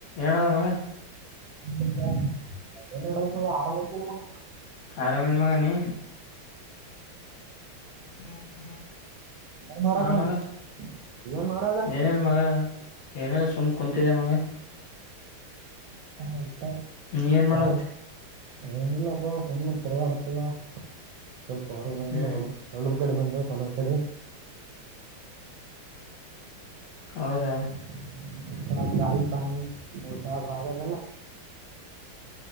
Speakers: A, on the left; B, on the right.
A: ಏನಾದ ಮಗ.
B: <unintelligible> ಹರಮ್ ಇದಿಲ್ಲ ಮಗ.
A: ಆರಾಮೇನಿ ಮಗ ನೀ ಹ್ಮ
B: ಏನ್ ಮಾಡಾಕಂತ
A: ಆ ಮಗ
B: ಏನ್ ಮಾಡಾಕಂತ
A: ಏನ್. ಮಗ ಏನೇಲ್ಲ ಸುಮ್ ಕುಂತಿದೆ ಮಗ.
B: <unintelligible>
A: ನೀ ಏನಾ ಮಾಡತಿ.
B: ಚಾಯ್ ಏನಿಲ್ಲಪ್ಪ ಸುಮ್ಮ್ ತಿರಗಡ್ತಿದೆ ಸ್ವಲ್ಪ ಹೊರಗ್ ಬಂದಿದೆ.
A: ಹ್ಮ್
B: ಹೊಲದ ಕಡೆ ಬಂದಿದ್ರಿ ಹೊಲ ಕಡೆ.
A: ಹೌದಾ.
B: <unintelligible>